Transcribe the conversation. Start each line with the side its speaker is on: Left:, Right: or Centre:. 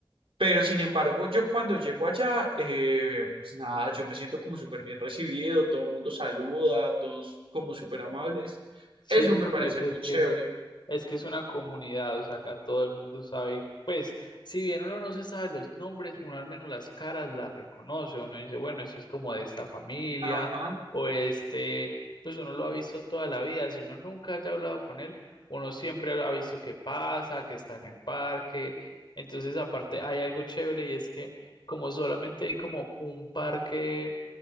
Right: Pero sin embargo, yo cuando llego allá, eh, pues nada, yo me siento como súper bien recibido, todo el mundo saluda, todos como súper amables.
Left: Sí,
Right: Eso
Left: porque
Right: me parece muy
Left: es
Right: chévere.
Left: que... Es que es una comunidad, o sea, acá todo el mundo sabe, pues, si bien uno no se sabe los nombres, uno al menos las caras las reconoce, uno dice, bueno, esto es como de esta familia,
Right: Ajá,
Left: o este, pues uno lo ha visto toda la vida, si uno nunca haya hablado con él, uno siempre ha visto qué pasa, que está en el parque, entonces aparte hay algo chévere y es que como solamente hay como un parque